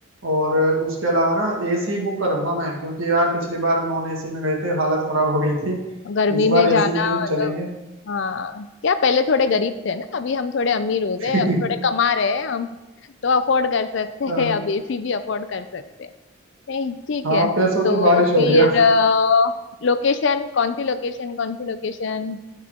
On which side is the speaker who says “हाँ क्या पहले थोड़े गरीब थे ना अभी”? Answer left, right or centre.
Left